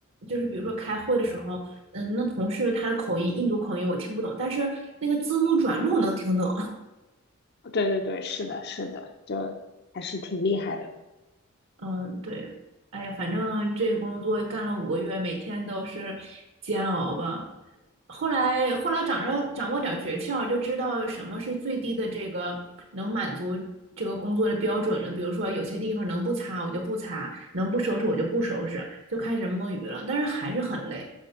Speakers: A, on the right (about 60°); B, on the left (about 50°).
A: 就是比如说开会的时候，嗯，那同事他的口音，印度口音我听不懂，但是那个字幕转录能听懂。
B: 对对对，是的，是的，就还是挺厉害的。
A: 嗯，对，哎呀，反正这工作干了五个月，每天都是煎熬吧。后来，后来掌握掌握点儿诀窍，就知道什么是最低的这个能满足这个工作的标准了。比如说，有些地方能不擦我就不擦，能不收拾我就不收拾，就开始摸鱼了。但是还是很累。